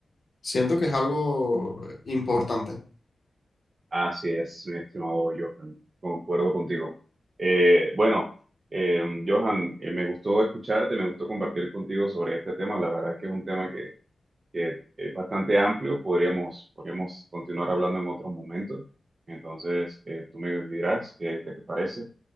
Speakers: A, on the left; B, on the right.
A: Siento que es algo importante.
B: Así es, mi estimado Johan. Concuerdo contigo. Eh, bueno, eh, Johan, eh, me gustó escucharte, me gustó compartir contigo sobre este tema. La verdad es que es un tema que, que es bastante amplio. Podríamos, podríamos continuar hablando en otro momento. Entonces, eh, tú me dirás qué, qué te parece,